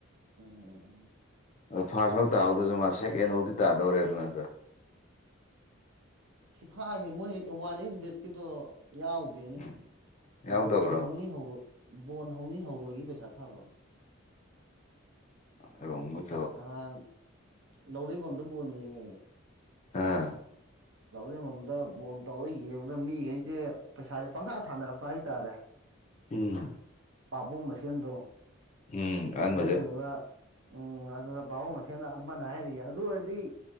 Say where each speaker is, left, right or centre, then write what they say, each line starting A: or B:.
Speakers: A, on the right; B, on the left.
A: ꯎꯝ ꯎꯝ
B: ꯗꯣ ꯐꯥꯔꯠꯐꯥꯎ ꯇꯥꯍꯧꯗꯁꯨ ꯃꯥ ꯁꯦꯀꯦꯟꯐꯥꯎꯗꯤ ꯇꯥꯗꯧꯔꯦ ꯑꯗꯣ
A: ꯐꯤꯐꯥꯒꯤ ꯃꯣꯏ ꯋꯥꯟ ꯑꯦꯁ ꯕꯦꯠꯀꯤꯗꯣ ꯌꯥꯎ ꯗꯦꯅꯦ
B: ꯎꯝ ꯌꯥꯎꯗꯕ꯭ꯔꯣ
A: ꯕꯣꯟ ꯍꯧꯅꯤ ꯍꯧꯔꯣꯏ ꯕꯣꯟ ꯍꯧꯅꯤ ꯍꯧꯔꯣꯏꯒꯤ ꯄꯩꯁꯥ ꯊꯥꯕꯝ
B: ꯑꯥꯔꯣꯡ ꯃꯨꯠ
A: ꯅꯍꯥꯟ ꯂꯧꯔꯦꯝꯕꯝꯗ ꯕꯣꯜꯟ ꯌꯦꯡꯉꯦ
B: ꯑꯥ
A: ꯂꯧꯔꯦꯝꯕꯝꯗ ꯕꯣꯜ ꯇꯧꯔꯒ ꯌꯦꯡꯕꯗ ꯃꯤꯈꯩꯁꯦ ꯄꯩꯁꯥꯁꯦ ꯄꯪꯊꯥ ꯊꯥꯅꯔꯛꯄ ꯍꯥꯏꯇꯥꯔꯦ
B: ꯎꯝ
A: ꯄꯥꯕꯨꯡ ꯃꯁꯦꯟꯗꯣ
B: ꯎꯝ ꯑꯍꯥꯟꯕꯁꯦ
A: ꯑꯗꯨꯗꯨꯒ ꯎꯝ ꯑꯗꯨꯅ ꯄꯥꯕꯨꯡ ꯃꯁꯦꯜꯗ ꯑꯃꯅ ꯍꯥꯏꯔꯤꯌꯦ ꯑꯗꯨ ꯑꯣꯏꯔꯗꯤ